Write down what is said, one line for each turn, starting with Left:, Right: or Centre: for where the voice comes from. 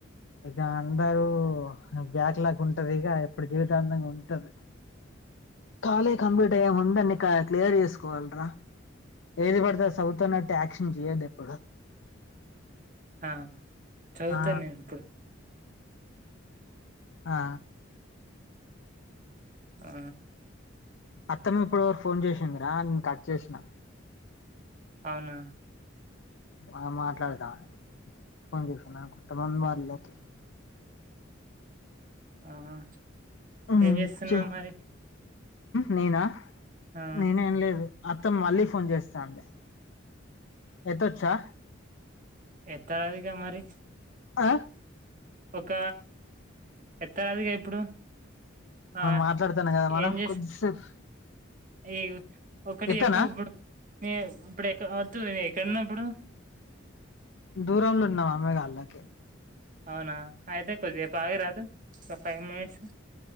Left: ఇక అందరూ బ్యాక్ లాక్ ఉంటది ఇగా ఎప్పుడు జీవితాంతం ఉంటది కాలేజ్ కంప్లీట్ అయ్యే ముందు అన్ని క్లియర్ చేసుకోవాలి రా ఏది పడితే చదువుతున్నట్టు యాక్షన్ చెయ్యొద్దు ఎప్పుడు
Right: ఆ చదువుతా
Left: ఆ
Right: నేను ఇప్పుడు
Left: ఆ
Right: ఆ
Left: అత్తమ్మ ఇప్పటివరకు ఫోన్ చేసిందిరా నేను కట్ చేసిన
Right: అవునా
Left: ఆ మాట్లాడతా ఫోన్ చేసిన <unintelligible> వాళ్లకి
Right: ఆహా
Left: ఉమ్
Right: ఏం చేస్తున్నావు
Left: చెయ్
Right: మరి
Left: నేనా
Right: ఆ!
Left: నేనేం లేదు అత్త మళ్లీ ఫోన్ చేస్తాంది ఎత్తొచ్చా
Right: ఎత్తరాదు ఇగ మరి
Left: ఆ
Right: ఒక ఎత్తరాదుగా ఇప్పుడు ఆ
Left: మాట్లాడతానము కదా మనం
Right: ఏం చేస్
Left: కొద్దిసేపు
Right: ఈ ఒకటి
Left: ఎత్తనా
Right: చెప్పు ఇప్పుడు ఇప్పుడు ఎ వద్దు క్కడున్నావ్ ఇప్పుడు
Left: దూరంలో ఉన్నా అమేగా అల్లాకి
Right: అవునా అయితే కొద్దిసేపు ఆగరాదు ఒక ఫైవ్ మినిట్స్